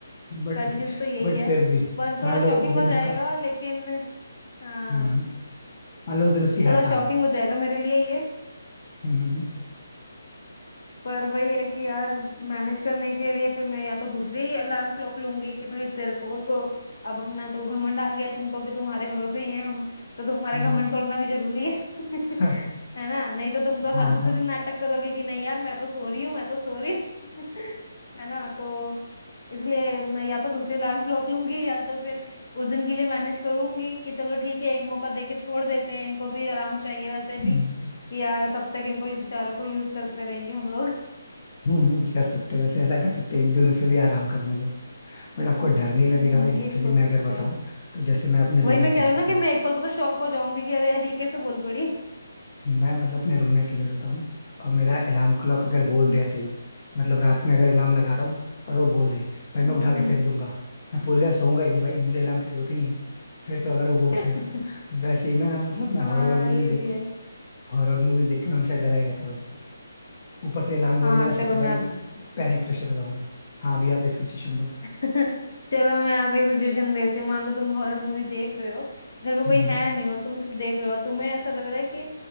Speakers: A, on the left (about 35°); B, on the left (about 75°).
A: बट
B: पहली चीज तो यही
A: बट
B: है
A: फिर भी
B: पर थोड़ा
A: मान
B: शॉकिंग
A: लो उस दिन
B: हो जाएगा
A: उसका
B: लेकिन हाँ
A: हम्म, मान लो उस दिन उसकी हड़ताल
B: थोड़ा शॉकिंग
A: हो
B: हो जाएगा मेरे लिए ये
A: हम्म,
B: पर वही है कि यार मैनेज करने के लिए फिर मैं या तो दूसरी अलार्म क्लॉक लूंगी कि भाई तेरे को तो अब अपना तो घमंड आ गया है तुमको कि तुम्हारे भरोसे ही हैं हम तो तुम्हारा
A: हाँ
B: घमंड तोड़ना भी जरूरी है <laughs>
A: <laughs>
B: है ना नहीं तो तुम तो
A: हाँ
B: हर दूसरे
A: हाँ
B: दिन नाटक करोगे कि नहीं यार मैं तो सो रही हूँ मैं तो सो रही हूँ <laughs> है ना तो इसलिए मैं या तो दूसरी अलार्म क्लॉक लूंगी या तो फिर उस दिन के लिए मैनेज करूंगी कि चलो ठीक है एक मौका दे के छोड़ देते हैं इनको भी आराम चाहिए वैसे भी
A: हम्म,
B: कि यार कब तक इनको ये बेचारों को यूज करते रहेंगे हम लोग
A: हम्म, कर सकते हो वैसे ऐसा कर सकते हो एक दिन उसे भी आराम करने दो बट आपको डर नहीं लगेगा
B: हम्म
A: भाई लिटरली
B: ये भी सोच
A: मैं
B: सकते
A: अगर बताऊं
B: हैं
A: तो जैसे मैं अपने रूम
B: वही
A: में
B: मैं
A: अकेले
B: कह रही
A: सोता
B: हूँ ना कि
A: हूँ
B: मैं एक पल को तो शौक हो जाऊंगी कि अरे यार ये कैसे बोल पड़ी
A: मैं मतलब अपने रूम में अकेले सोता हूँ और मेरा अलार्म क्लॉक अगर
B: हम्म
A: बोल दे ऐसे ही मतलब रात में अगर अलार्म लगा रहा हूँ और वो बोल दे भाई मैं
B: हम्म
A: उठा के फेंक दूंगा मैं पूरी रात सोऊंगा ही नहीं भाई मुझे अलार्म की जरूरत ही नहीं है फिर तो अगर वो बोल
B: हम्म।
A: रहे हैं तो वैसे ही मैं ना मतलब
B: <laughs>
A: मैं
B: हाँ
A: हॉरर मूवीज
B: ये
A: देख
B: भी
A: के
B: है
A: हॉरर मूवीज देख के मैं हमेशा डरा ही रहता हूँ एक तो ऊपर से अलार्म बोल
B: हाँ
A: देगा फिर
B: चलो
A: तो
B: मैं
A: भाई
B: अब-
A: पैनिक प्रेशर हो जाऊंगा हाँ अभी आप एक सिचुएशन दो
B: <laughs> चलो मैं अब एक सजेशन देती हूँ मान लो तुम हॉरर मूवी देख रहे हो घर में कोई
A: हम्म
B: है नहीं और तुम सिर्फ देख रहे हो और तुम्हें ऐसा लग रहा है कि